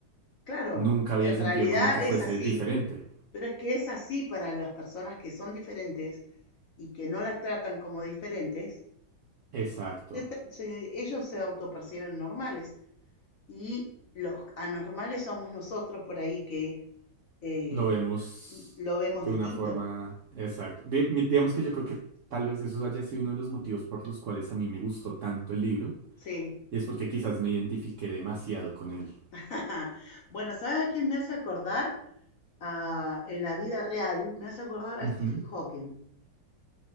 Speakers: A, on the left (about 55°); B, on the right (about 65°).
A: Claro,
B: Nunca había
A: en
B: sentido
A: realidad
B: como que fuese
A: es así,
B: diferente.
A: pero es que es así para las personas que son diferentes y que no las tratan como diferentes,
B: Exacto.
A: se tra- se- ellos se autoperciben normales. y los anormales somos nosotros por ahí que eh,
B: Lo vemos
A: lo vemos
B: de
A: distinto.
B: una forma... Exacto. Di- mi- digamos que yo creo que tal vez eso haya sido uno de los motivos por los cuales a mí me gustó tanto el libro.
A: Sí.
B: Y es porque quizás me identifiqué demasiado con él.
A: <laughs> bueno, ¿sabes a quién me hace acordar? A- en la vida real, me hace acordar a
B: Ujú,
A: Stephen Hawking,